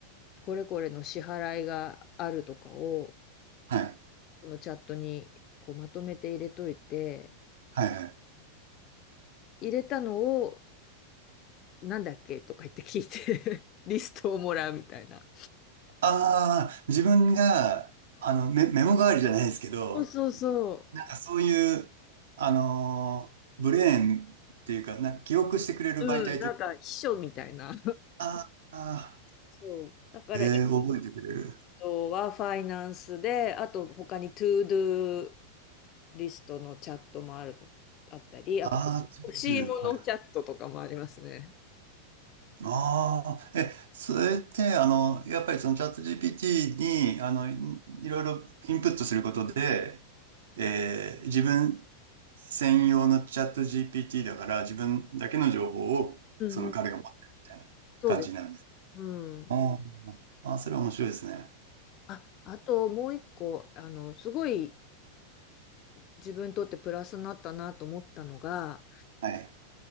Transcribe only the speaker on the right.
はい、
はい、はい。
ああ、自分が、あの、メ、メモ代わりじゃないですけど、
なんかそういう、あのーブレーンっていうか、な、記憶してくれる媒体という
あーあ
ー、えー、覚えてくれる。
ああ、
ツーツーはい。ああ、え、それって、あの、やっぱりそのチャット GPT に、あの、いいろいろインプットすることで、えー自分専用のチャット GPT だから、自分だけの情報を、
その彼が持ってるみたいな感じになるんです。
おーあー、それは面白いですね。
はい。